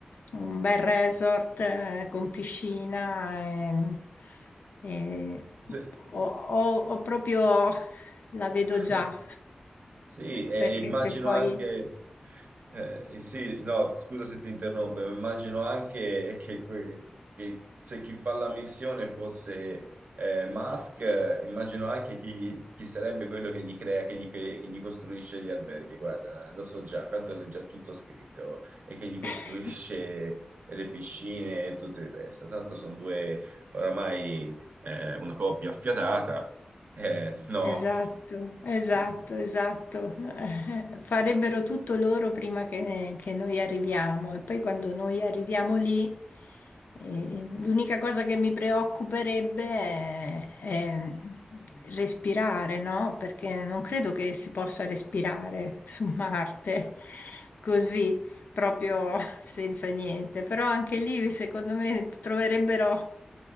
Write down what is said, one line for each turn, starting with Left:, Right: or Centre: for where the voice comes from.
Left: un bel resort eh, con piscina ehm, e,
Right: sì.
Left: o o- o proprio la vedo
Right: <laughs>
Left: già
Right: Sì, e
Left: perché
Right: immagino
Left: se poi...
Right: anche, eh, sì, no, scusa se ti interrompo, ma immagino anche che, que- che se chi fa la missione fosse eh, Musk, eh, immagino anche chi, chi sarebbe quello che gli crea, che gli, che- che gli costruisce gli alberghi, guarda, lo so già, tanto è già tutto scritto, e che gli costruisce
Left: <laughs>
Right: <laughs> le piscine e tutto il resto, tanto sono due oramai eh, una coppia affiatata, eh, no.
Left: Esatto, esatto,
Right: <laughs>
Left: esatto. <laughs> Eh, Farebbero tutto loro prima che, che noi arriviamo e poi quando noi arriviamo lì, eh, l'unica cosa che mi preoccuperebbe è, è respirare, no? Perché non credo che si possa respirare su Marte <laughs> così, proprio senza niente, però anche lì secondo me troverebbero